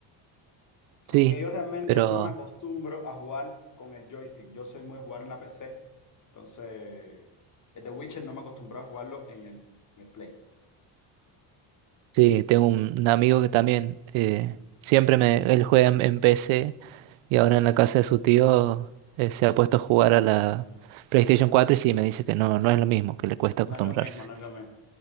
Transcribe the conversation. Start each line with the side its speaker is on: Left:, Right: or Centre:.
Left: Aunque
Right: Sí,
Left: yo realmente
Right: pero
Left: no me acostumbro a jugar con el joystick. Yo soy muy de jugar en la PC Entonces, el The Witcher no me acostumbré a jugarlo en el, en el Play.
Right: sí, tengo un, un amigo que también eh, siempre me. Él juega en, en PC y ahora en la casa de su tío eh, se ha puesto a jugar a la PlayStation 4 y sí, me dice que no, no es lo mismo, que le cuesta
Left: No
Right: acostumbrarse.
Left: es lo mismo, no es lo mismo.